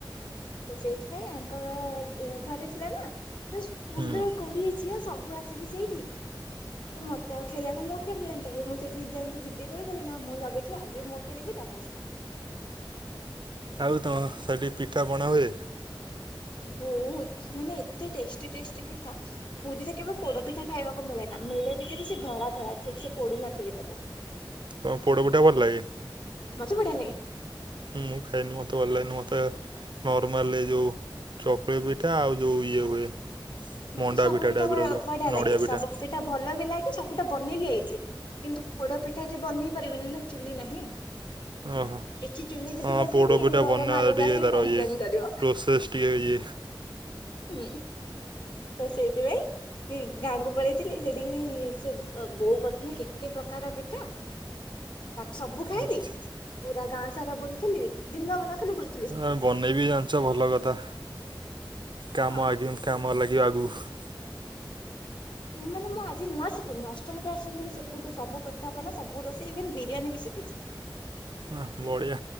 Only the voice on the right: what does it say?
ହୁଁ।
ଆଉ ତମ ସେଠ ପିଠା ପଣା ହୁଏ?
ତମୁକୁ ପୋଡ ପିଠା ଭଲ ଲାଗେ?
ମୁଁ ଖାଏନି ମତେ ଭଲ ଲାଗେନି ମତେ ନର୍ମାଲରେ ଯୋଉ ଚକୁଳି ପିଠା ଆଉ ଯୋଉ ଇଏ ହୁଏ।
ମଣ୍ଡା
ଟାଇପର
ଯୋଉ
ନଡ଼ିଆ ପିଠା
ଓହୋ।
ହଁ
ପୋଡ
ପିଠା
ବନେଇବା
ଟିକେ
ତାର
ଇଏ
ପ୍ରସେସ୍ ଟିକେ ଇଏ।
ଆଚ୍ଛା
ଆ ବନେଇବି ଜାଣିଛ ଭଲ କଥା କାମ
ଆଗିମ୍ କାମରେ ଲାଗିବ ଆଗୁକୁ।
ଆଃ ବଢିଆ